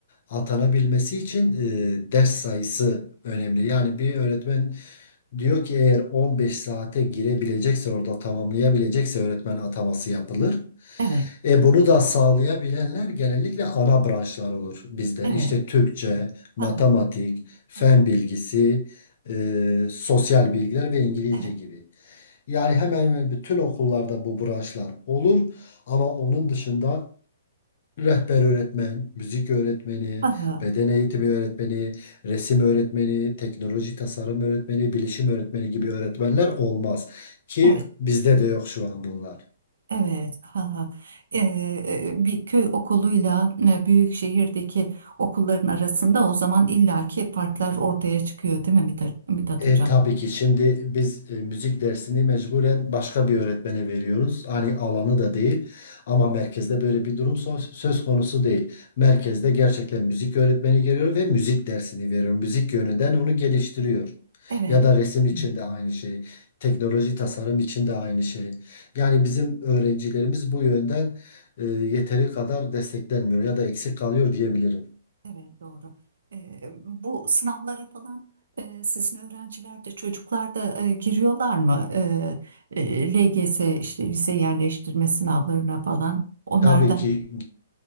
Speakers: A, on the left; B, on the right.
A: atanabilmesi için e, ders sayısı önemli. Yani bir öğretmen diyor ki eğer 15 saate girebilecekse orada tamamlayabilecekse öğretmen ataması yapılır.
B: Evet.
A: E bunu da sağlayabilenler genellikle ana branşlar olur bizde.
B: Evet.
A: İşte Türkçe, matematik,
B: Hı hı.
A: fen
B: Hı hı.
A: bilgisi, e, sosyal bilgiler ve İngilizce
B: Evet.
A: gibi. Yani hemen hemen bütün okullarda bu branşlar olur. Ama onun dışında rehber öğretmen, müzik öğretmeni,
B: Hı hı.
A: beden eğitimi öğretmeni, resim öğretmeni, teknoloji tasarım öğretmeni, bilişim öğretmeni gibi öğretmenler olmaz. Ki
B: Evet.
A: bizde de yok şu an bunlar.
B: Evet, ha ha. Ee, bir köy okuluyla e, büyük şehirdeki okulların arasında o zaman illaki farklar ortaya çıkıyor, değil mi Mithat, Mithat
A: E,
B: Hocam?
A: tabii ki şimdi biz e, müzik dersini mecburen başka bir öğretmene veriyoruz. Hani alanı da değil ama merkezde böyle bir durum so- söz konusu değil. Merkezde
B: Evet,
A: gerçekten müzik öğretmeni geliyor ve müzik dersini veriyor. Müzik yönünden onu geliştiriyor.
B: evet,
A: Ya da resim için de aynı şey. Teknoloji tasarım için de aynı şey. Yani bizim öğrencilerimiz bu yönden e, yeteri kadar desteklenmiyor ya da eksik kalıyor diyebilirim.
B: evet, doğru. Ee, bu sınavlara falan e, sizin öğrenciler de çocuklar da e, giriyorlar mı? Ee, e, LGS işte lise yerleştirme sınavlarına falan. Onlar
A: Tabii
B: da
A: ki